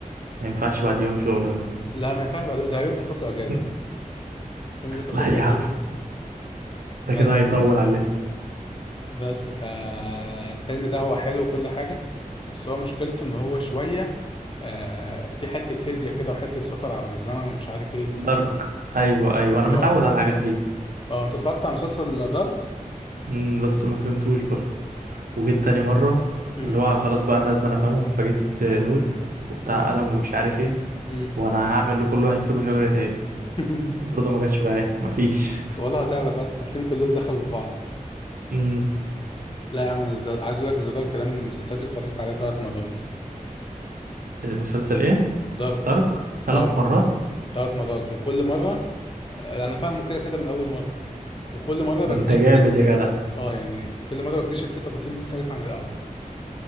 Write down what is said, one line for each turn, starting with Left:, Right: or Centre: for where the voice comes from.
Right: ما ينفعش بعد يوم شغل ده
Left: لا ما ينفعش بعدين ده يوم تاخد له اجازة
Right: <laughs>
Left: الفيلم ده تاخد
Right: لا
Left: له
Right: يا
Left: اجازة
Right: عم ده
Left: بس
Right: كده هيطول على الليست
Left: بس فالفيلم ده هو حلو وكل حاجة بس هو مشكلته ان هو شوية آه في حتة فيزياء كده وحتة سفر عبر الزمن ومش عارف ايه
Right: دارك ايوه ايوه انا متعود
Left: اه
Right: على الحاجات دي
Left: اه انت اتفرجت على مسلسل دارك؟
Right: امم بس ما فهمتوش برضو وجيت تاني مره
Left: امم
Right: اللي هو خلاص بقى انا لازم أنا افهمه فجبت نوت وبتاع
Left: امم
Right: قلم ومش عارف ايه
Left: امم
Right: وانا هعمل لكل واحد فيكم شجره عيله
Left: <laughs>
Right: وبرضه ما جاتش بقى ايه مفيش
Left: ولا هتعرف اصلا هتلاقيهم كلهم دخلوا في بعض
Right: امم
Left: لا يا عم انا زد- عايز اقول لك زدار كلام من المسلسلات اللي اتفرجت عليها ثلاث مرات
Right: <laughs> المسلسل ايه
Left: دارك
Right: دارك ثلاث
Left: اه
Right: مرات
Left: ثلاث مرات وكل مرة آه، انا فاهمه كده كده من اول مرة وكل مرة
Right: ده
Left: بكتشف
Right: انت جامد
Left: فيه
Right: يا جدع
Left: اه يعني كل مرة بكتشف فيه تفاصيل مختلفة عن الاول